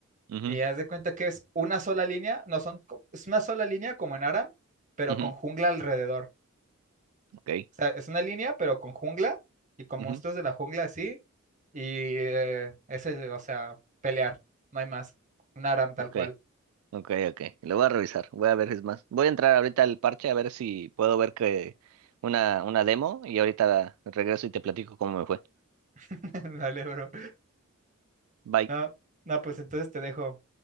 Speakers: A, on the right (about 75°); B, on the right (about 35°).
A: Ujú,
B: Y haz de cuenta que es una sola línea, no son, co- es una sola línea como en Aram, pero
A: ujú,
B: con jungla alrededor.
A: ok.
B: O sea, es una línea, pero con jungla y con
A: ujú,
B: monstruos de la jungla así. Y eh, ese, o sea, pelear, no hay más. Un Aram tal
A: ok.
B: cual.
A: Ok, ok. Lo voy a revisar. Voy a ver, es más. Voy a entrar ahorita al parche a ver si puedo ver que una, una demo y ahorita regreso y te platico cómo me fue.
B: <laughs> Dale, bro.
A: Bye.
B: No, no, pues entonces te dejo.